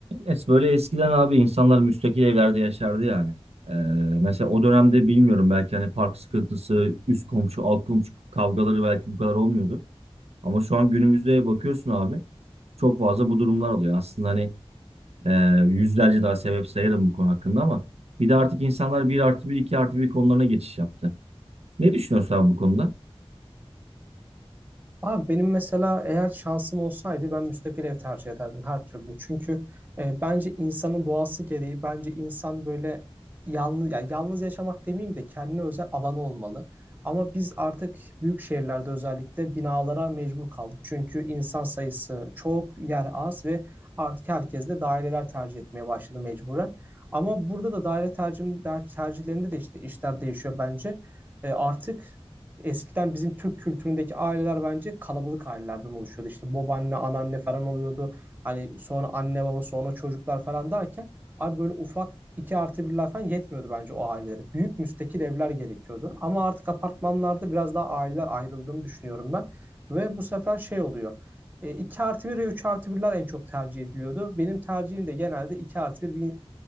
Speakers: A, on the right; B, on the right.
A: Es böyle eskiden abi insanlar müstakil evlerde yaşardı yani. Ee, mesela o dönemde bilmiyorum belki hani park sıkıntısı, üst komşu, alt komşu kavgaları belki bu kadar olmuyordu. Ama şu an günümüzde bakıyorsun abi çok fazla bu durumlar oluyor. Aslında hani e, yüzlerce daha sebep sayarım bu konu hakkında ama bir de artık insanlar bir artı bir, iki artı bir konularına geçiş yaptı. Ne düşünüyorsun abi bu konuda?
B: Abi benim mesela eğer şansım olsaydı ben müstakil ev tercih ederdim her türlü. Çünkü e, bence insanın doğası gereği bence insan böyle yalnız ya yalnız yaşamak demeyeyim de kendine özel alanı olmalı. Ama biz artık büyük şehirlerde özellikle binalara mecbur kaldık. Çünkü insan sayısı çok, yer az ve artık herkes de daireler tercih etmeye başladı mecburen. Ama burada da daire tercih, tercihlerinde de işte işler değişiyor bence. E, artık Eskiden bizim Türk kültüründeki aileler bence kalabalık ailelerden oluşuyordu. İşte babaanne, anneanne falan oluyordu. Hani sonra anne baba, sonra çocuklar falan derken abi böyle ufak iki artı birler falan yetmiyordu bence o ailelere. Büyük müstakil evler gerekiyordu. Ama artık apartmanlarda biraz daha aileler ayrıldığını düşünüyorum ben. Ve bu sefer şey oluyor. E, 2 artı bir ve 3 artı birler en çok tercih ediliyordu. Benim tercihim de genelde 2 artı bir.